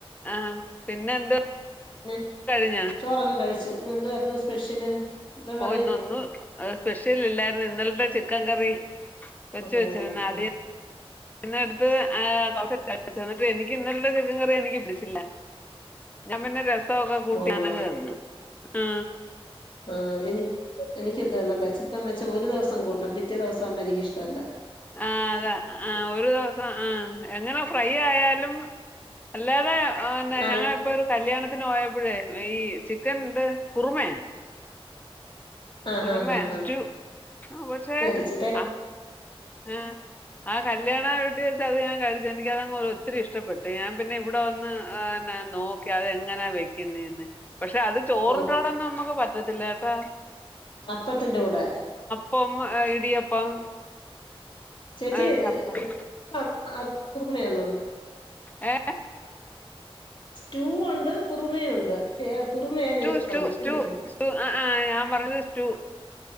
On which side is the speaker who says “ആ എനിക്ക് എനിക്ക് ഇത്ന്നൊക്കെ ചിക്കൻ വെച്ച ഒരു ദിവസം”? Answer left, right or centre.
Left